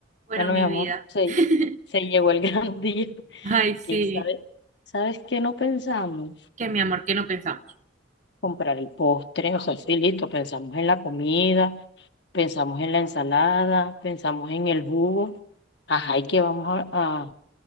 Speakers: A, on the right; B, on the left.
A: Bueno,
B: Bueno,
A: mi
B: mi amor,
A: vida.
B: se,
A: <laughs>
B: se llegó el <laughs> gran día.
A: Ay, sí.
B: ¿Y sabes, sabes qué no pensamos?
A: Que mi amor, que no pensamos.
B: Comprar el postre, o sea, sí, listo, pensamos en la comida, pensamos en la ensalada, pensamos en el jugo. Ajá, y que vamos a, a,